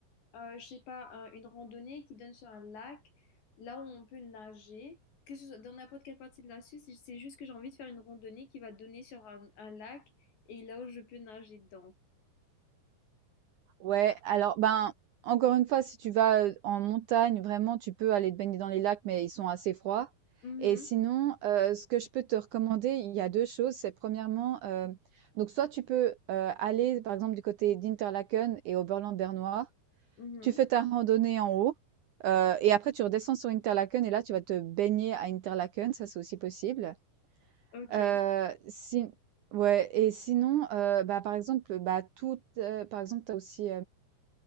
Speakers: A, on the left (about 80°); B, on the right (about 75°).
A: euh, je sais pas, un- une randonnée qui donne sur un lac, là où on peut nager, que ce soit dans n'importe quelle partie de la Suisse, c'est c'est juste que j'ai envie de faire une randonnée qui va donner sur un, un lac et là où je peux nager dedans.
B: Ouais, alors ben, encore une fois, si tu vas euh, en montagne, vraiment, tu peux aller te baigner dans les lacs, mais ils sont assez froids.
A: Mhm,
B: Et sinon, euh, ce que je peux te recommander, il y a deux choses. C'est premièrement, euh, donc soit tu peux euh, aller, par exemple, du côté d'Interlaken et Oberland-Bernois.
A: mhm,
B: Tu fais ta randonnée en haut, euh, et après tu redescends sur Interlaken, et là tu vas te baigner à Interlaken, ça c'est aussi possible.
A: ok,
B: Euh, si... Ouais, et sinon, euh, bah, par exemple, bah, tout, euh, par exemple, t'as aussi...